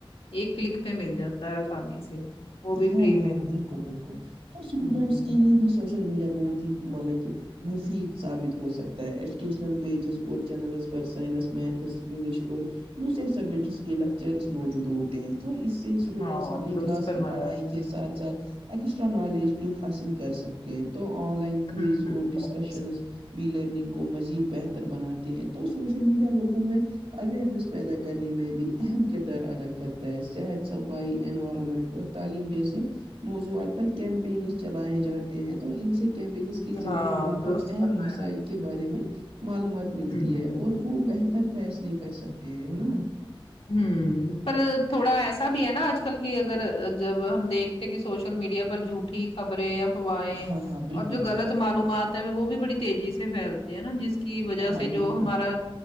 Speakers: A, on the left; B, on the right.
A: ایک کلک پہ مل جاتا ہے آسانی سے وہ بھی
B: ہاں
A: فری میں
B: ہاں بالکل بالکل تو اسٹوڈینٹس
A: ہوں
B: کے لیے بھی سوشل میڈیا بہت ہی مالک ہے مفید ثابت ہو سکتا ہے ایجوکیشنل پیجز اور چینلز پر سائنس میتھس انگلش اور دوسرے سبجیکٹس کے لیکچررس موجود ہوتے ہیں تو اس سے اسٹوڈنٹس
A: ہاں
B: اپنی
A: درست
B: کلاس
A: فرمایا
B: کے کی پڑھائی
A: آپ نے
B: ساتھ ساتھ ایکسٹرا نالج بھی حاصل کر سکتے تو آن لائن کوئز
A: ہوں
B: اور
A: ہوں
B: ڈسکشنز بھی لرننگ کو مزید بہتر بناتے ہیں تو سوشل میڈیا لوگوں میں اوئرنیس پیدا کرنے میں بھی اہم کردار ادا کرتا ہے صحت صفائی انوائرمنٹ اور تعلیم جیسے موضوعات پر کیمپینگس چلائے جاتے ہیں تو ان سے کیمپنگ کے ذریعے
A: ہاں
B: لوگوں کو
A: درست
B: اہم
A: فرمایا
B: مسائل
A: آپ
B: کے بارے میں معلومات
A: نے
B: ملتی
A: ہوں
B: ہے اور وہ بہتر فیصلے کر سکتے ہیں ہے نا
A: ہ پر تھوڑا ایسا بھی ہے نا آج کل کہ اگر جب ہم دیکھتے کہ سوشل میڈیا پر جو ا خبریں افواہیں
B: ہاں ہاں بالکل
A: اور جو
B: بالکل
A: غلط معلومات ہے وہ بھی بڑی تیزی سے پھیلتی نا جس کی وجہ
B: ہاں
A: سے جو
B: بالکل
A: ہمارا